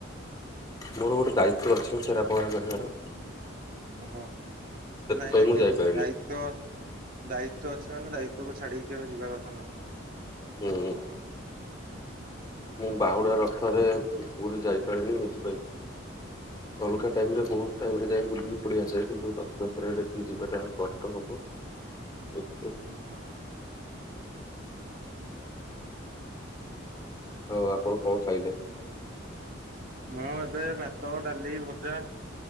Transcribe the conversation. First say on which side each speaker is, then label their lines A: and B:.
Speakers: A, on the left (about 20°); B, on the right (about 45°).
A: ମୋର ଗୋଟେ ଦାୟିତ୍ଵ ଅଛି ଛେରା ପହରା କରିବାର।
B: ଓ ହୋ
A: ସେଥିପାଇଁ
B: ନାଇଁ ନାଇଁ
A: ମୁଁ
B: ଠିକ
A: ଯାଇପାରେନି
B: କଥା ଦାୟ ତ ଦାୟିତ୍ଵ ଅଛି ମାନେ ଦାୟିତ୍ୱ କୁ ଛାଡିକି କେବେ ଯିବା କଥା ନୁହେ।
A: ହୁଁ। ମୁଁ ବାହୁଡା ରଥରେ ପୁରୀ ଯାଇପାରିନି ଏଇଥିପାଇଁ। ଅଲଗା ଟାଇମ୍ ରେ ବହୁତ ଟାଇମ୍ ରେ ଯାଇଁ ବୁଲି ପଳେଇଆସେ କିନ୍ତୁ ରଥଯାତ୍ରାରେ ସେଠିକି ଯିବା ତାହାକଷ୍ଟ ହେବ ଏଥିପାଇଁ।
B: ହଁ ହଁ।
A: ହଉ ଆପଣ କଣ ଖାଇଲେ?
B: ମୁଁ ଏବେ ଭାତ ଡାଲି ଭଜା